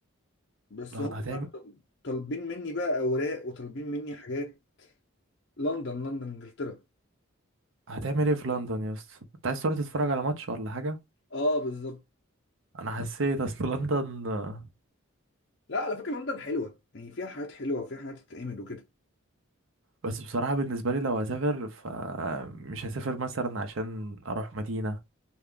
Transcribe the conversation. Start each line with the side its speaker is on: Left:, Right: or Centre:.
Left: بس
Right: لا
Left: هم
Right: هتعمل
Left: طل- طالبين مني بقى اوراق وطالبين مني حاجات لندن لندن انجلترا
Right: هتعمل ايه في لندن يا اسطى انت عايز تروح تتفرج على ماتش ولا حاجة
Left: اه بالظبط
Right: انا حسيت اصل <laughs> لندن آه،
Left: لا على فكرة لندن حلوة يعني فيها حاجات حلوة وفيها حاجات تتعمل وكده
Right: بس بصراحة بالنسبة لي لو هسافر فمش هسافر مثلا عشان اروح مدينة